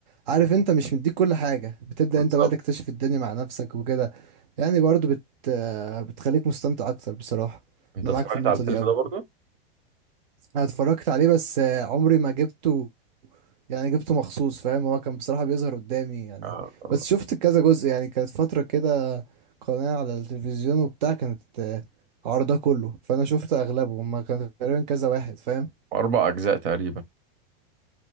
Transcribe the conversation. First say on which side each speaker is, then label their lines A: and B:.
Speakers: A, on the right; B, on the right.
A: عارف انت مش مديك كل حاجة بتبدأ
B: بالظبط
A: انت بقى تكتشف الدنيا مع نفسك وكده يعني برضو بت آه، بتخليك مستمتع اكتر بصراحة
B: انت
A: انا
B: اتفرجت
A: معاك في النقطة
B: على الفيلم
A: دي قوي
B: ده برضه
A: انا اتفرجت عليه بس آه، عمري ما جبته يعني جبته مخصوص فاهم هو كان بصراحة بيظهر قدامي يعني
B: آه، آه.
A: بس شفت كذا جزء يعني كانت فترة كده قناة على التلفزيون وبتاع كانت آه، عرضه كله فأنا شفت أغلبه هما كان تقريبا كذا واحد فاهم
B: أربع أجزاء تقريبا